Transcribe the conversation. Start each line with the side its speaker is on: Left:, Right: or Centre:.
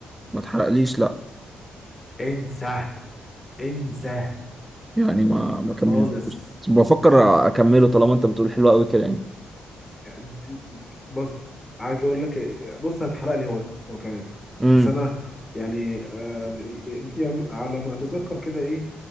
Right: ما اتحرقليش لا
Left: انسى انسى
Right: يعني ما ما
Left: خالص
Right: كملتوش بس بفكر اكمله طالما انت بتقول حلو قوي كده يعني
Left: يعني دي- بص عايز اقول لك بص هتحرق لي هو هو كمان
Right: امم
Left: بس انا يعني, آه ب- يعني على ما اتذكر كده ايه